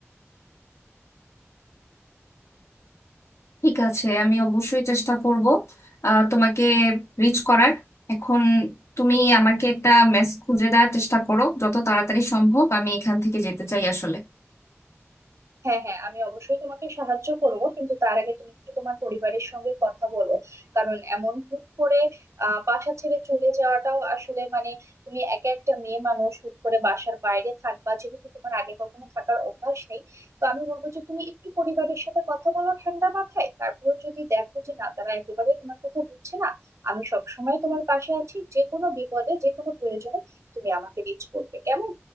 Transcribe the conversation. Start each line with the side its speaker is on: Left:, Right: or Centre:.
Left: ঠিক আছে আমি অবশ্যই চেষ্টা করব আহ, তোমাকে রিচ করার এখন তুমি আমাকে একটা মেস খুঁজে দেওয়ার চেষ্টা করো যত তাড়াতাড়ি সম্ভব আমি এখান থেকে যেতে চাই আসলে
Right: হ্যাঁ হ্যাঁ আমি অবশ্যই তোমাকে সাহায্য করব কিন্তু তার আগে তুমি একটু তোমার পরিবারের সঙ্গে কথা বলো কারণ এমন হুট করে আহ বাসা ছেড়ে চলে যাওয়াটাও আসলে মানে তুমি একা একটা মেয়ে মানুষ হুট করে বাসার বাইরে থাকবা যেহেতু তোমার আগে কখনো থাকার অভ্যাস নেই তো আমি বলবো যে তুমি একটু পরিবারের সাথে কথা বলো ঠান্ডা মাথায় তারপর যদি দেখো যে না তারা একেবারেই তোমার কথা বুঝছে না আমি সবসময় তোমার পাশে আছি যে কোনো বিপদে যে কোনো প্রয়োজনে তুমি আমাকে রিচ করবে কেমন